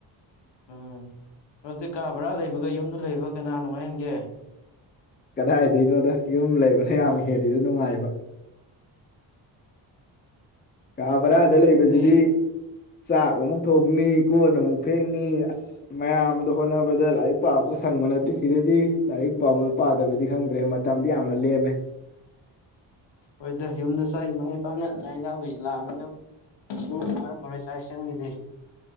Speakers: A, on the left; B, on the left.
A: ꯎꯝ ꯑꯗꯨꯗꯤ ꯀꯥ ꯚꯔꯥ ꯂꯩꯕꯒ ꯌꯨꯝꯗ ꯂꯩꯕ ꯀꯅꯥ ꯅꯨꯡꯉꯥꯏ ꯍꯦꯟꯒꯦ
B: ꯀꯗꯥꯏꯗꯩꯅꯣꯗ ꯌꯨꯝ ꯂꯩꯕꯅ ꯌꯥꯝ ꯍꯦꯜꯂꯤꯗ ꯅꯨꯡꯉꯥꯏꯕ꯫ ꯀꯥ ꯕꯔꯥꯗ
A: ꯆꯥꯛ ꯏꯁꯤꯡꯗꯤ
B: ꯂꯩꯕꯖꯤꯗꯤ ꯆꯥꯛ ꯑꯃꯨꯛ ꯊꯣꯡꯅꯤ ꯀꯣꯟ ꯑꯃꯨꯛ ꯐꯦꯡꯅꯤ ꯑꯁ ꯃꯌꯥꯝꯗꯣ ꯍꯣꯠꯅꯕꯗ ꯂꯥꯏꯔꯤꯛ ꯄꯥꯕꯒ ꯁꯪꯕ ꯅꯠꯇꯦ ꯁꯤꯗꯗꯤ ꯂꯥꯏꯔꯤꯛ ꯄꯥꯕ ꯄꯥꯗꯕꯗꯤ ꯈꯪꯗ꯭ꯔꯦ ꯃꯇꯝꯗꯤ ꯌꯥꯝꯅ ꯂꯦꯝꯃꯦ꯫
A: ꯍꯣꯏꯗ ꯌꯨꯝꯗ ꯆꯥꯛ ꯏꯃꯥ ꯏꯄꯥꯅ ꯆꯥꯛ ꯏꯟꯖꯥꯡ ꯂꯣꯏꯁꯤꯂꯥꯛꯑꯝꯅꯤꯅ <unintelligible> ꯐꯥꯔꯝꯃꯔꯣꯏ ꯆꯥꯛ ꯏꯟꯁꯥꯡꯒꯤꯗꯤ꯫